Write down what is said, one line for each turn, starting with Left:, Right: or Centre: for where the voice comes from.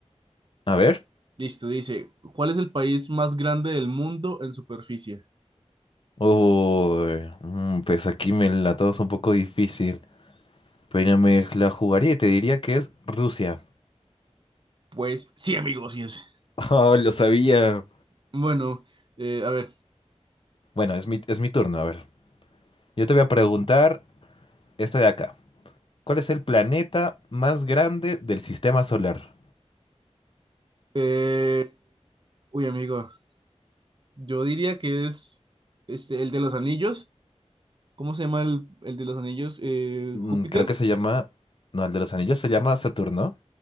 Left: A ver.
Right: Listo, dice, ¿cuál es el país más grande del mundo en superficie?
Left: Uy, mm, pues aquí me la tomas un poco difícil. Pero me la jugaría y te diría que es Rusia.
Right: Pues sí, amigos, sí es.
Left: <laughs> Oh, lo sabía.
Right: Bueno, eh, a ver.
Left: Bueno, es mi, es mi turno. A ver. Yo te voy a preguntar esta de acá. ¿Cuál es el planeta más grande del sistema solar?
Right: eh, uy, amigo, yo diría que es este, el de los anillos. ¿Cómo se llama el, el de los anillos? Eh,
Left: Mm,
Right: Júpiter,
Left: creo que se llama... No, el de los anillos se llama Saturno.